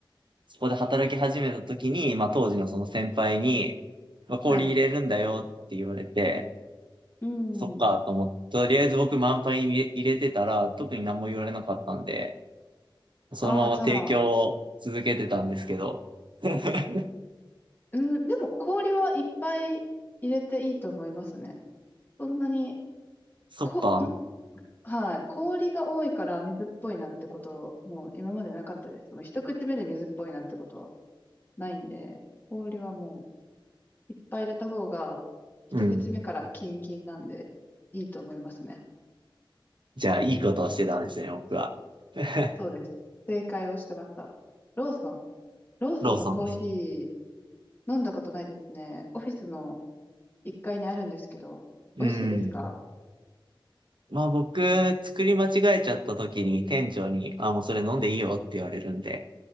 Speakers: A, on the right (about 65°); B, on the left (about 25°).
A: そこで働き始めた時に、まあ当時のその先輩に、まあ、氷入れるんだよって言われて、
B: はい。うん。
A: そっかと思って、とりあえず僕満杯に入れ入れてたら、特に何も言われなかったんで、そのまま提供を続けてたんですけど、
B: ああ、じゃあ、
A: <laughs>
B: うん、でも氷はいっぱい入れていいと思いますね。そんなに、
A: そっか、
B: こ、ほん、はい。氷が多いから水っぽいなんてこと、もう今までなかったです。その一口目で水っぽいなんてことはないんで、氷はもういっぱい入れた方が、一口目からキンキンなんでいいと思いますね。
A: うん。じゃあ、いいことをしてたんですね、
B: うん。
A: 僕は。<laughs>
B: そうです。正解をしてました。ローソン。ローソンのコーヒ
A: ローソンです。
B: ー飲んだことないですね。オフィスの1階にあるんですけど、
A: うん。
B: 美味しいですか
A: まあ僕、作り間違えちゃった時に店長に、あ、もうそれ飲んでいいよって言われるんで、